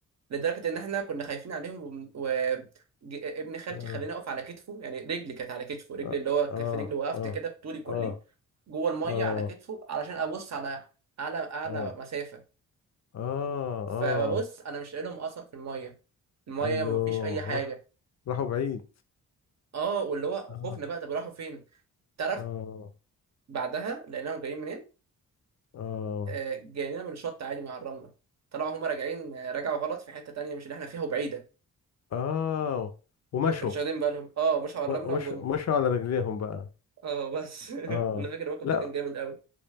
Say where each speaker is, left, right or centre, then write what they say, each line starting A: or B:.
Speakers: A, on the right; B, on the left.
A: لدرجه ان احنا كنا خايفين عليهم وابن خالتي
B: اه
A: خلاني اقف على كتفه يعني رجلي كانت على كتفه رجلي
B: اه
A: اللي هو كف
B: اه
A: رجلي وقفت
B: اه
A: كده بطولي كلي
B: اه
A: جوه الميه
B: اه
A: على كتفه علشان ابص على اعلى اعلى
B: اه
A: مسافه
B: اه
A: فببص
B: اه
A: انا مش لاقي لهم اثر في الميه الميه
B: ايوه
A: ما فيش اي حاجه
B: راح راحوا بعيد
A: اه واللي هو
B: اه
A: خوفنا بقى طب راحوا فين تعرف
B: اه
A: بعدها لقيناهم جايين منين
B: اه
A: آه، جاي لنا من شط عادي مع الرمله طلعوا هم راجعين آه، رجعوا غلط في حته تانية مش اللي احنا فيها وبعيده
B: اه ومشوا
A: ما كانوش واخدين بالهم اه مش على
B: و-
A: الرمله
B: مش
A: وجم
B: مشوا على رجليهم بقى
A: اه بس
B: اه
A: <laughs> انا فاكر الموقف
B: لا
A: ده كان جامد قوي